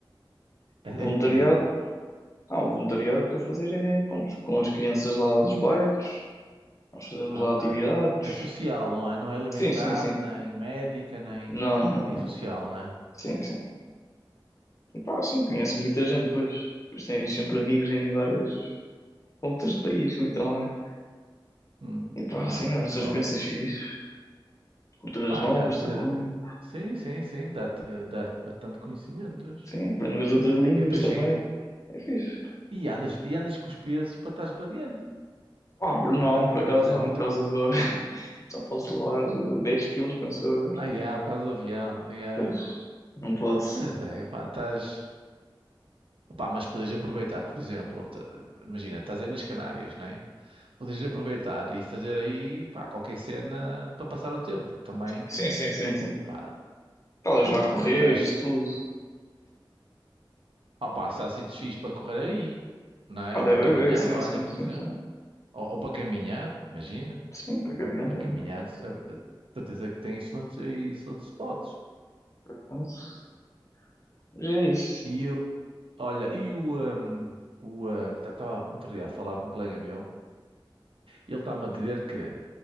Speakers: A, on the left; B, on the right.
A: O
B: É,
A: voluntariado,
B: é como?
A: ah, o voluntariado que estou a fazer é, pronto, com as crianças lá dos bairros, nós fazemos
B: Ah,
A: lá
B: ok.
A: atividades.
B: É social, não é? Não é alimentar,
A: Sim, sim, sim.
B: nem médica, nem.
A: Não, não,
B: É
A: não.
B: social, não é?
A: Sim, sim. E pá, sim, conheço muita gente, pois. Pois tens sempre amigos em várias pontas do país, literalmente.
B: Hum,
A: E pá,
B: olha,
A: sim, olha, são
B: pronto.
A: experiências fixes. Culturas
B: Pá,
A: novas
B: e dá-te.
A: também.
B: Sim, sim, sim, dá-te dá-te bastante conhecimentos.
A: Sim, aprendo as outras línguas
B: E depois
A: também.
B: chega.
A: É fixe.
B: E andas, e andas com os pesos para trás para diante.
A: Pá, por- não,
B: <laughs> Para
A: por
B: fazer
A: acaso não,
B: o
A: por
B: teu.
A: causa
B: pa-
A: do óbvio. <laughs> Só posso levar eh, 10 quilos, penso eu agora.
B: Ai, ah, por causa do avião. Ai, ah.
A: Pois, não posso.
B: Pois é, pá, estás. Pá, mas podes aproveitar, por exemplo, t- imagina, estás aí nas Canárias, não é? Podes aproveitar e fazer aí, pá, qualquer cena para passar o tempo. Também.
A: Sim, sim, sim, sim.
B: Pá,
A: Talvez
B: pá,
A: vá
B: porque
A: correr,
B: também estás.
A: isso tudo.
B: Ó pá, se há sítios fixes para correr aí, não é?
A: Ah,
B: Ou
A: deve
B: para caminhar,
A: haver, sim,
B: olha,
A: sim,
B: por
A: sim,
B: exemplo.
A: sim.
B: Ou, ou para caminhar, imagina.
A: Sim, para caminhar
B: Para
A: também,
B: caminhar, se- eh, eh, certeza que tem excelentes, aí excelentes spots.
A: por acaso. Mas é isso.
B: E eu, olha, e o. hum, o eh, que estava outro dia a falar com um colega meu, ele está-me a dizer que.